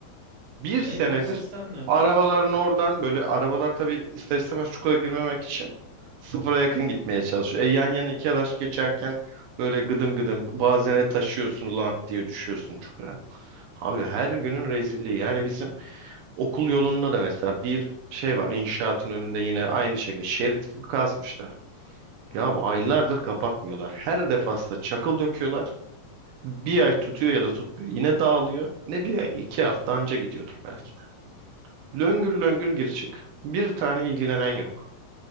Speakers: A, on the right (about 85°); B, on the right (about 65°).
A: bir
B: E
A: senedir
B: burada sistem nerede?
A: arabaların oradan böyle arabalar tabii ister istemez çukura girmemek için sıfıra yakın gitmeye çalışıyor. E, yan yana iki araç geçerken böyle gıdım gıdım bazene taşıyorsun lank diye düşüyorsun çukura. Abi her günün rezilliği yani bizim okul yolunda da mesela bir şey var inşaatın önünde yine aynı şekilde şerit gibi kazmışlar. Ya aylardır kapatmıyorlar. Her defasında çakıl döküyorlar. Bir ay tutuyor ya da tutmuyor. Yine dağılıyor. Ne bir ay, iki hafta anca gidiyordur belki. Löngür löngür gir çık. Bir tane ilgilenen yok.